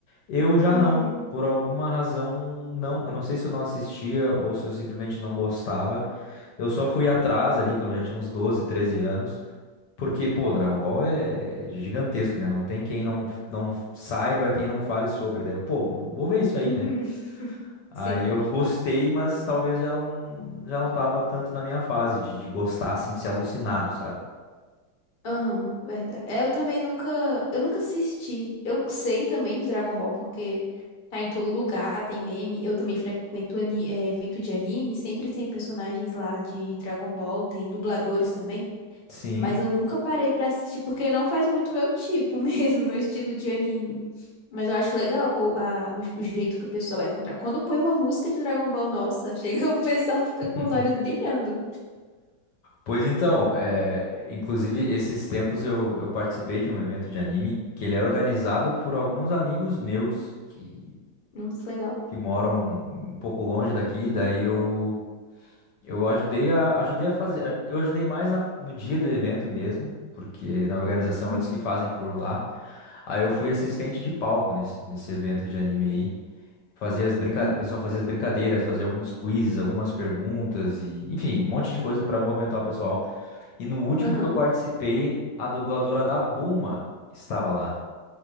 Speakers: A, on the left (about 70°); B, on the left (about 50°).
A: Eu já
B: uhum,
A: não, por alguma razão não. Eu não sei se eu não assistia ou se eu simplesmente não gostava. Eu só fui atrás ali quando eu já tinha uns 12 13 anos. Porque, pô, Dragon Ball é gigantesco, né? Não tem quem não, não saiba, quem não fale sobre. Daí eu, pô, vou ver isso aí,
B: uhum.
A: né? Aí
B: <laughs> Sim.
A: eu gostei, mas talvez já não, já não tava tanto na minha fase de, de gostar, assim, de ser alucinado, sabe?
B: Aham, verdade. É, eu também nunca, eu nunca assisti. Eu sei também de Dragon Ball porque tá em todo lugar, tem meme. Eu também frequento ani- é, evento de anime, sempre tem personagens lá de Dragon Ball, tem dubladores também.
A: Sim.
B: Mas eu nunca parei pra assistir, porque não faz muito meu tipo <laughs> mesmo, meu estilo de anime. Mas eu acho legal o- a, o, o jeito que o pessoal é. com dra- Quando põe uma música de Dragon Ball, nossa, chega, <laughs> o pessoal fica
A: <laughs>
B: com os olhos brilhando.
A: Pois então, é, inclusive, esses tempos eu, eu participei de um evento de anime que ele é organizado por alguns amigos meus que,
B: Nossa, legal.
A: que moram um pouco longe daqui. Daí eu Eu ajudei a, ajudei a fazer, eu ajudei mais na- no dia do evento mesmo, porque na organização
B: Uhum,
A: eles que fazem por lá. Aí eu fui assistente de palco nesse, nesse evento de anime aí. Fazia as brincadeiras,
B: uhum,
A: o pessoal fazia as brincadeiras, fazia alguns quizzes, algumas perguntas e, enfim, um monte de coisa pra movimentar o pessoal. E no último
B: aham.
A: que eu participei, a dubladora da Bulma estava lá.